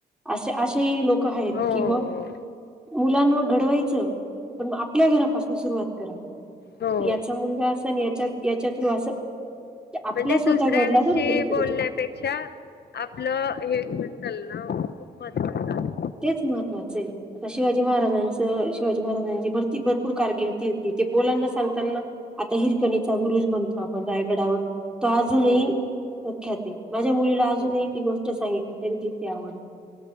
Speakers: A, in the centre; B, on the left (about 65°).
A: असे अशेही लोक लोक आहेत
B: हो हो
A: किंवा मुलांना घडवायचं. पण म आपल्या घरापासून सुरुवात करा,
B: हो
A: याचा मुलगा असा आणि याच्या याच्या थ्रू असं आपला
B: म्हणजे
A: स्वतः
B: दुसऱ्याविषयी
A: घडला
B: बोलण्यात.
A: तर
B: पेक्षा आपलं हेण चालणं खूप महत्वाचं
A: तेच महत्त्वाचे आहे. आता शिवाजी महाराजांच शिवाजी महाराजांची भरती भरपूर कारकिर्दी होती ते मुलांना सांगताना. आता हिरकणीचा बूरुज म्हणतो, आपण रायगडावर तो अजूनही
B: हो
A: ख्यात माझ्या मुलीला अजूनही
B: हो
A: ती गोष्ट सांगितली तरी त ती आवडते.